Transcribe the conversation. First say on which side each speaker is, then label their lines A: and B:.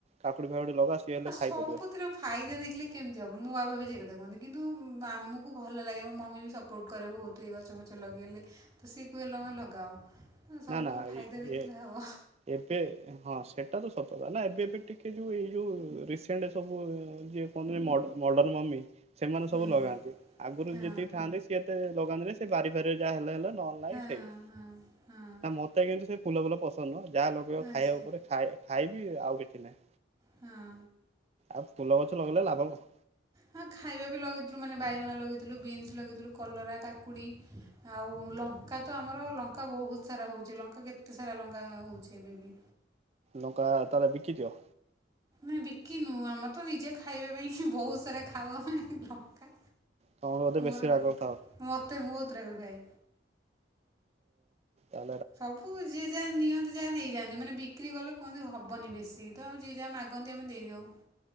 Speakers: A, on the right; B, on the right.
A: କାକୁଡି? ଫାକୁଡି ଲଗା ସିଏ ହେଲେ
B: ଆଉ ସବୁଥିରେ
A: ଖାଇପାରିବ
B: ଫାଇଦା ଦେଖିଲେ କେମିତି ହବ ମୁଁ ବା ଭି କନ୍ତୁ ଆମକୁ ଭଲ ଲାଗେ ମୋ ମମି ବି ସପୋର୍ଟ କରେ ବତ ଗଛଛ ଲଗେଇଲେ। ସିକୁଏଲ୍ ଆମେ ଲଗାଅ ସବୁ
A: ନା ନା
B: ଫାଇଦା
A: ଇ
B: ଦେଖିଲେ ହେବ
A: ଏବେ ହଁ ସେଟା ତ ସତତା ନା ଏବେ ଏବେ ଟିକ ଯୋଉ ଏଇ ଯୋଉ ରସେଣ୍ଟ ସବୁ ଯଏ କ ମଡଣ ମି ସେମାନେ
B: ହୁଁ
A: ସବୁ ଲଗାନ୍ତି ଆଗରୁ
B: ହଁ
A: ଯେତିକି ଥାଆନ୍ତି ସିଏ ଏତେ ଲଗାନ୍ତି ନା ସେ ବାରି ଫାରିରେ ଯାହା ହେଲେ ହେଲା। ନ ନାଇଁ
B: ହଁ
A: ସେଇା
B: ହଁ ହଁ
A: ନା ମତେ କିନ୍ତୁ ସେ ଫୁଲ ଫୁଲ ପସନ୍ଦ ନୁହଁ ଯାହା ଲଗେଇବା
B: ଆଚ୍ଛା
A: ଖାଇବା ଉପରେ ଖାଇ ଖାଇବି ଆଉ କିଛି ନାହିଁ।
B: ହଁ।
A: ଆଉ ଫୁଲ ଗଛ ଲଗେଇଲେ ଲାଭ କ
B: ହଁ ଖାଇବା ବି ଲଗେଇଥିଲୁ ମାନେ ବାଇଗଣ ଲଗେଇଥିଲୁ ବିନ୍ସ ଲଗେଇଥିଲୁ କଲରା କାକୁଡ଼ି ଆଉ ଲଙ୍କା ତ ଆମର ଲଙ୍କା ବହୁତ ସାରା ହେଉଛି ଲଙ୍କା କେତେ ସାରା ଲଙ୍କା ହେଉଛି ଏବେ ବି
A: ନକା ତାା ବିକି ଦିଅ।
B: ଆ ବିକିନୁ ଆମର ତ ନିଜେ ଖାଇବା ପାଇଁ ବହୁତ ସାରା ଖାଉ ଆମେ ଲଙ୍କା
A: ତମର ବୋଧେ
B: ମୋର
A: ବେଶୀ ରାଗ
B: ଲଙ୍କା
A: ଖାଅ।
B: ମତେ ବହୁତ ରାଗ ଭାଇ
A: ଆଉ
B: ସବୁ ଯିଏ ଯାହା ନିଅନ୍ତି ଯାହା ନେଇଯାଆନ୍ତି ମାନେ ବିକ୍ରି ଗଲେ କୁହନ୍ତି ହବନି ବେଶ। ସେ ତ ଆମେ ଯ ଆମେ ଆଗନ୍ତି ଆମେ ଦେଇଦଉ।